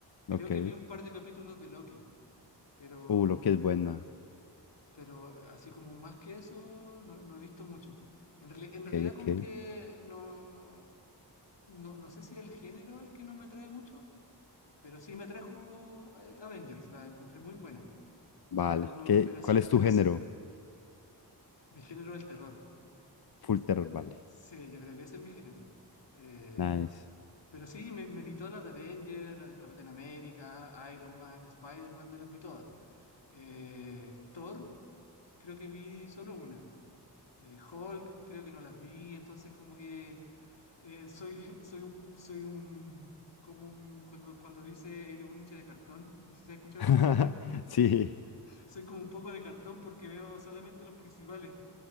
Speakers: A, on the left; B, on the left.
A: Creo
B: ok.
A: que vi un par de capítulos de Loki, pero,
B: Uh, lo que es buena.
A: pero así como más que eso, no, no he visto mucho. En, reali- en
B: Ok,
A: realidad
B: ok.
A: como que no, no, no sé si el género es el que no me atrae mucho, pero sí me atrajo eh, Avengers, la encontré muy buena.
B: Vale.
A: Pero,
B: ¿Qué,
A: pero
B: cuál
A: sí,
B: es tu
A: pero
B: género?
A: sí, mi género es el terror.
B: Full terror,
A: Eh,
B: vale.
A: Sí, yo creo que ese es mi género. Eh,
B: Nice.
A: Pero sí, me, me vi todas las de Avengers, las del Capitán América, Iron Man, Spider-Man, me las vi todas. Eh, Thor, creo que vi solo una. Eh, Hulk, creo que no las vi, entonces como que eh, soy, <laughs> soy un, soy un, como un, cuando, cuando dice eres un hincha de cartón, no sé si has escuchado
B: <laughs>
A: ese término,
B: Sí,
A: soy como un poco de cartón porque veo solamente los principales,